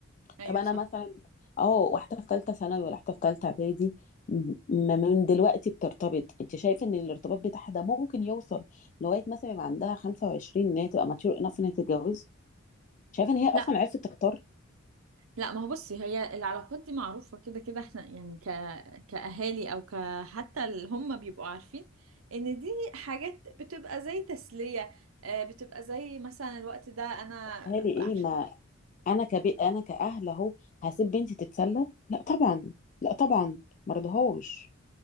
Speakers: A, on the right; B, on the left.
A: ايوه
B: طب انا
A: صح
B: مثلا اه واحده في ثالثه ثانوي ولا واحده في ثالثه اعدادي م- ما من دلوقتي بترتبط انت شايفه ان الارتباط بتاعها ده ممكن يوصل لغايه مثلا يبقى عندها 25 ان هي تبقى ماتيور انف ان هي تتجوز شايفه ان هي اصلا
A: لا
B: عرفت تختار
A: لا ما هو بصي هي العلاقات دي معروفة كده كده احنا يعني ك... كأهالي او ك... حتى اللي هم بيبقوا عارفين ان دي حاجات بتبقى زي تسلية آه، بتبقى زي مثلا الوقت ده انا
B: اهالي ايه
A: بح-
B: ما انا كبيت انا كاهل اهو هسيب بنتي تتسلى لا طبعا لا طبعا مرضهوش